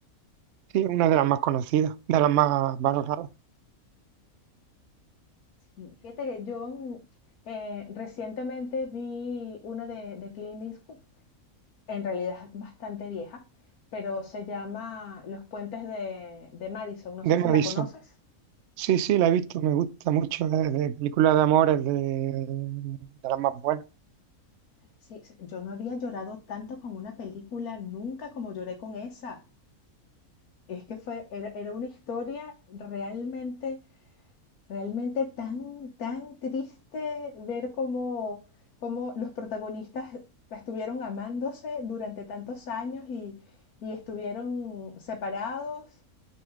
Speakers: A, on the right; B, on the left.
A: sí, es una de las más conocidas, de las más valoradas.
B: Sí. Fíjate que yo mm, eh, recientemente vi una de, de Clint Eastwood, en realidad es bastante vieja, pero se llama Los puentes de, de Madison, no
A: De
B: sé si
A: Madison.
B: la conoces.
A: Sí, sí, la he visto, me gusta mucho. Es de películas de amor, es de, de las más buenas.
B: Sí, se- yo no había llorado tanto con una película nunca como lloré con esa. Es que fue, era, era una historia realmente Realmente tan, tan triste ver cómo, cómo los protagonistas estuvieron amándose durante tantos años y, y estuvieron separados.